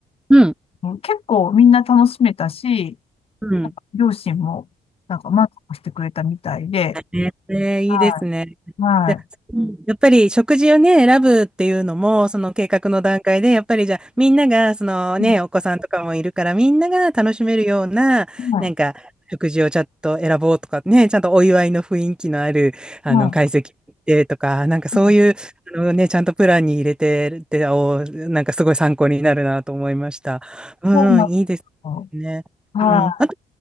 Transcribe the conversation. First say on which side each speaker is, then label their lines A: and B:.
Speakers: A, in the centre; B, on the left.
A: うん、
B: うん結構みんな楽しめたし、
A: うん。
B: 両親も、なんか満足してくれたみたいで、
A: ね、ねいいですね。
B: はい、はい、
A: じゃあ、うんやっぱり食事をね、選ぶっていうのも、その計画の段階で、やっぱりじゃあ、みんなが、そのね、
B: う
A: お子さんとかもいるから、みんなが楽しめるような、
B: ん、は
A: なんか、食事をちゃんと選ぼうとかね、ちゃんとお祝いの雰囲気のある、あの、
B: い、は
A: 会席でとか、なんかそういう、
B: い、はい、
A: あのね、ちゃんとプランに入れてるって、お、なんかすごい参考になるなと思いました。うん、
B: そうなんですよ
A: いいですね。
B: は
A: うん。